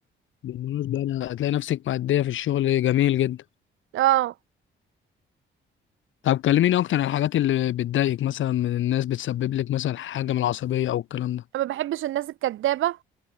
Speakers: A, on the left; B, on the right.
A: بالمناسبه انا هتلاقي نفسك مأديه في الشغل جميل جدا
B: اه
A: طب كلميني اكتر عن الحاجات اللي بتضايقك مثلا من الناس بتسبب لك مثلا حاجه من العصبيه او الكلام ده
B: ما بحبش الناس الكدابة